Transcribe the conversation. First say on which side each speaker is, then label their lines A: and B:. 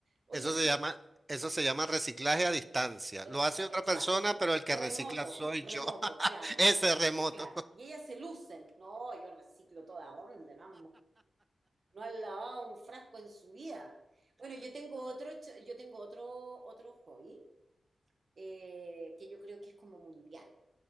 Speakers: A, on the right; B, on the right.
A: Oye,
B: Eso se
A: y
B: llama, eso se llama reciclaje a distancia. Lo
A: exa-
B: hace otra
A: exacto,
B: persona, pero el que
A: remoto,
B: recicla soy
A: remoto,
B: yo. <laughs>
A: claro,
B: Ese
A: claro,
B: remoto.
A: claro. Y ellas se lucen, no, yo reciclo toda onda, ¿no? No han lavado un frasco en su vida. Bueno, yo tengo otro, ch- yo tengo otro, otro hobby eh, que yo creo que es como mundial.